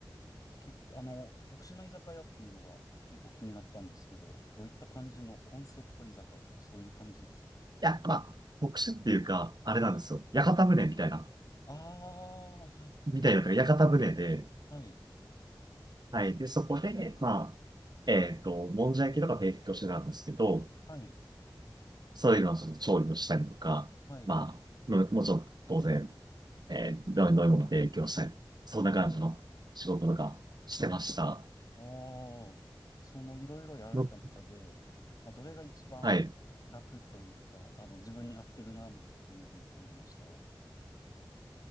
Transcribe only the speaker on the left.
結あの、特殊な居酒屋っていうのが結構気になったんですけど、どういった感じのコンセプト居酒屋とかそういう感じですか
はい。
ああ、はい。
はい、
はい、
はい、
はい。おー、そのいろいろやられた中で、
まあ、どれが一番楽というか、
あの、自分に合ってるなっていうふうに感じましたは